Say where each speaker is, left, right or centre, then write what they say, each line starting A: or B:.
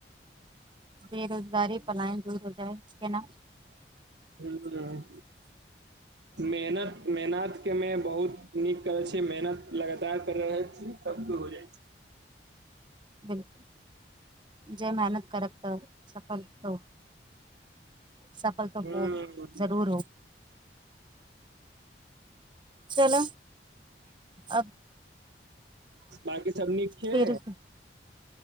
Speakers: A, on the right; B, on the right.
A: बेरोजगारी पलायन दूर हो जाए केना
B: ह मेहनत मेहनत के मे बहुत नीक करै छै मेहनत लगातार कर रहल छी तब तो हो जाइ छै
A: हल जे मेहनत करब तऽ सफल त सफल त
B: हूँ
A: होब जरूर होब चल अब
B: बाकी सब नीक छै
A: फिर